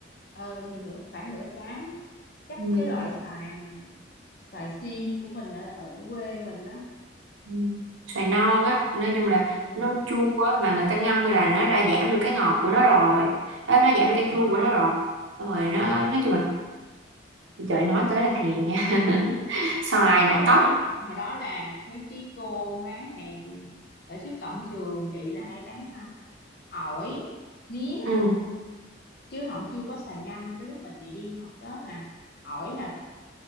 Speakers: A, on the left; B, on the right.
A: ờ thì nửa khoảng nửa trái á. chắc
B: Ừ.
A: cái loại xoài mà xoài sim của mình ở, ở ở quê mình đó
B: Ừ. xoài non á nói chung là
A: ừ.
B: nó chua á mà người ta ngâm là nó đã giảm được cái ngọt của nó rồi Ê, nó giảm được cái
A: ờ,
B: chua của nó rồi Xong rồi nó nói chung là trời nói tới là thèm nha <laughs> xoài
A: hồi đó
B: nè
A: là
B: cóc
A: mấy hồi đó là mấy cái cô bán hàng ở trước cổng trường chị là hay bán à, ổi mía
B: ừ
A: chứ không chưa có xoài ngâm cái lúc mà chị đi học đó là ổi là